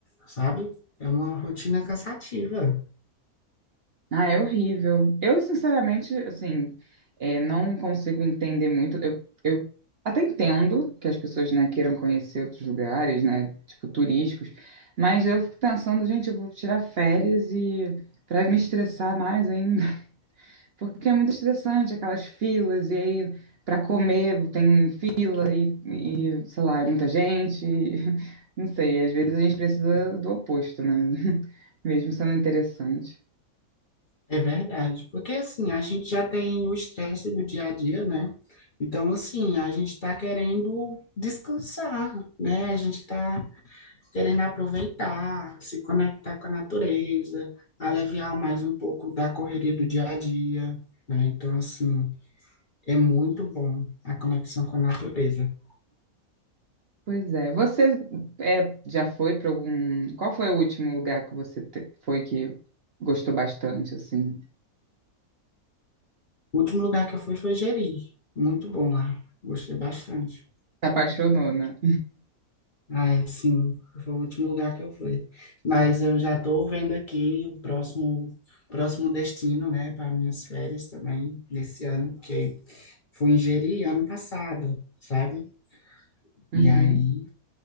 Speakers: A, on the left (about 40°); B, on the right (about 50°).
A: sabe? É uma rotina cansativa.
B: Ah, é horrível. Eu, sinceramente, assim, é, não consigo entender muito. Eu, eu até entendo que as pessoas, né, queiram conhecer outros lugares, né, tipo turísticos, mas eu fico pensando, gente, eu vou tirar férias e para me estressar mais ainda, <laughs> porque é muito estressante aquelas filas e aí para comer tem e, e, sei lá, é muita gente. e- <laughs> Não sei, às vezes a gente precisa do oposto, né? <laughs> Mesmo sendo interessante.
A: É verdade, porque assim, a gente já tem o estresse do dia a dia, né? Então, assim, a gente está querendo descansar, né? A gente está querendo aproveitar, se conectar com a natureza, aliviar mais um pouco da correria do dia a dia, né? Então, assim, é muito bom a conexão com a natureza.
B: Pois é. Você é, já foi para algum. Qual foi o último lugar que você te- foi que gostou bastante, assim?
A: O último lugar que eu fui foi Jeri, muito bom lá, gostei bastante.
B: Se apaixonou, né?
A: Ah, sim, foi o último lugar que eu fui. Mas eu já estou vendo aqui o próximo, próximo destino, né, para minhas férias também, desse ano, que fui em Jeri ano passado, sabe?
B: Uhum.
A: E aí